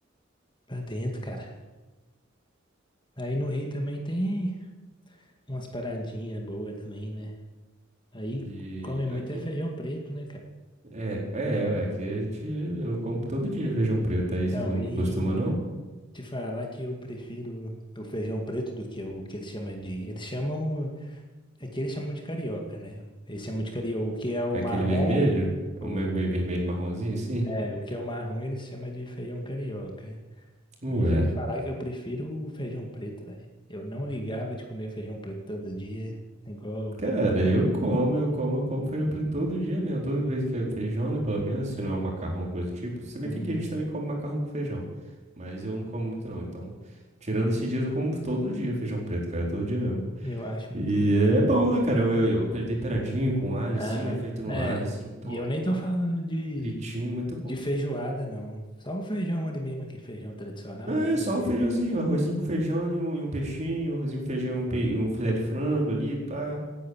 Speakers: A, on the left; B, on the right.
A: pra dentro, cara. Aí no Rio também tem. umas paradinhas boas também, né? Aí
B: De
A: come muito
B: aqui
A: é feijão preto, né, cara?
B: é, é, é, aqui a gente eu como todo dia feijão preto,
A: Então,
B: aí vocês não
A: e
B: costumam não?
A: te falar que eu prefiro o feijão preto do que o que eles chamam de. Eles chamam. Aqui eles chamam de carioca, né? Eles chamam de carioca. O que é o
B: É
A: marrom,
B: aquele vermelho?
A: o,
B: É o meio meio vermelho marronzinho assim?
A: é, o que é o marrom eles chamam de feijão carioca.
B: Ué.
A: Mas eu te falar que eu prefiro o feijão preto, velho. Eu não ligava de comer feijão preto todo dia, igual o carioca,
B: Cara, eu
A: não,
B: como,
A: viu?
B: eu como, eu como feijão preto todo dia mesmo, toda vez que é feijão, né, pelo menos, se não é um macarrão, coisa do tipo. Se bem
A: Uhum.
B: que aqui a gente também come macarrão com feijão, mas eu não como muito não, então, tirando esses dias, eu como todo dia feijão preto, cara, todo dia mesmo.
A: Eu acho
B: E
A: muito.
B: é bom, né, cara? Eu, eu, eu- com ele temperadinho, com alho,
A: Aham.
B: assim, né? Feito no
A: É.
B: alho, assim, pô,
A: E eu nem tô falando de,
B: fritinho, muito bom.
A: de feijoada, não. Só o feijão ali mesmo, aqui, feijão tradicional,
B: Não,
A: né?
B: é
A: Sem
B: só
A: ser
B: o feijãozinho,
A: aqui.
B: arrozinho com feijão e um, e um peixinho, um arrozinho com feijão, e um, pe- e um filé de frango ali, pá.
A: Ó,